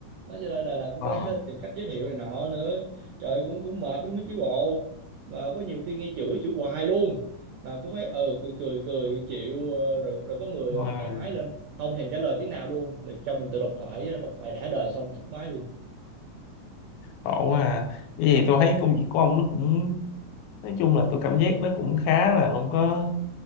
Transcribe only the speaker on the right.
đó cho nên là là cũng
phải <laughs> tìm cách giới thiệu này nọ nữa trời ơi, cũng cũng mệt lắm á chứ bộ mà có nhiều khi nghe chửi chửi hoài luôn mà cũng phải ờ cười cười cười chịu ờ, rồi rồi có người
ờ,
nghe máy lên không thèm trả lời tiếng nào luôn là cho mình tự độc thoại độc thoại đã đời xong cúp máy luôn